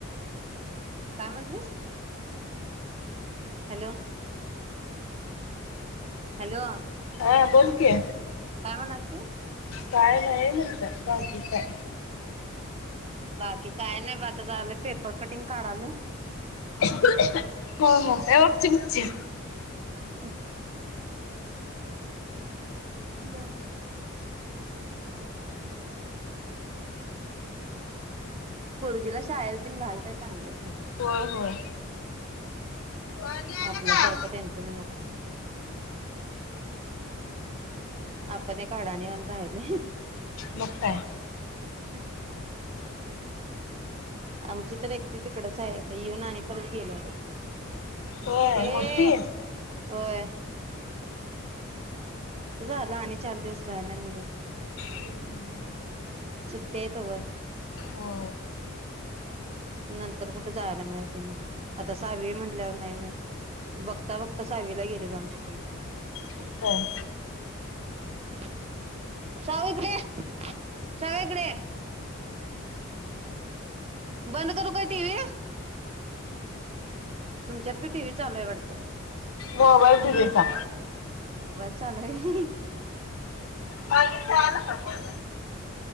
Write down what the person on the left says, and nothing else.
हा बोल कि?
काय नाही म्हटलं बाकी काय.
हो हो हे बघ चिंचे
होय होय पाणी आलं
का?
मग काय
होय
मोठी
हम्म
हो
मग काय
मोबाईल दिदिचा
काय म्हणली कळालं का बोलण?